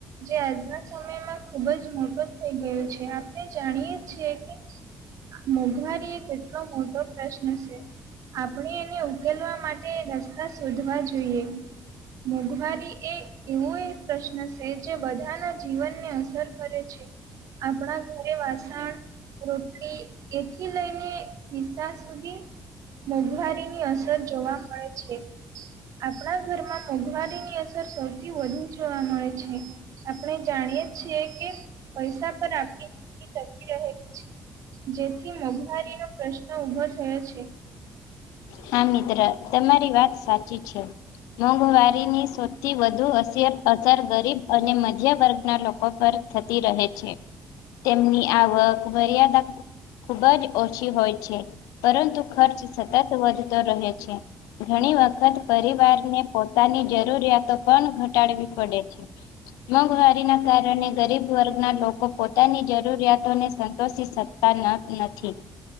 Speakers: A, on the right; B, on the left.
A: જે આજના સમયમાં ખુબ જ મોટો થઈ ગયો છે આપણે જાણીએ છીએ કે. મોંઘવારી એ કેટલો મોટો પ્રશ્ન છે આપણે એને ઉકેલવા માટે રસ્તા શોધવા જોઈએ મોંઘવારી એ એવો એક પ્રશ્ન છે જે બધાના જીવનને અસર કરે છે આપણા ઘરે વાસણ રોટલી એથી લઈને ખિસ્સા સુધી મોંઘવારીની અસર જોવા મળે છે આપણા ઘરમાં મોંઘવારીની અસર સૌથી વધુ જોવા મળે છે આપણે જાણીએ છીએ કે પૈસા પર આપણી જિંદગી ટકી રહેલી છે જેથી મોંઘવારીનો પ્રશ્ન ઉભો થયો છે
B: હા મિત્ર તમારી વાત સાચી છે મોંઘવારીની સૌથી વધુ અસર અસર ગરીબ અને મધ્ય વર્ગના લોકો પર થતી રહે છે તેમની આવક મર્યાદા ખુબ જ ઓછી હોય છે પરંતુ ખર્ચ સતત વધતો રહે છે ઘણી વખત પરિવારને પોતાની જરૂરિયાતો પણ ઘટાડવી પડે છે મોંઘવારીના કારણે ગરીબ વર્ગના લોકો પોતાની જરૂરિયાતોને સંતોષી શકે <inaudible> નથી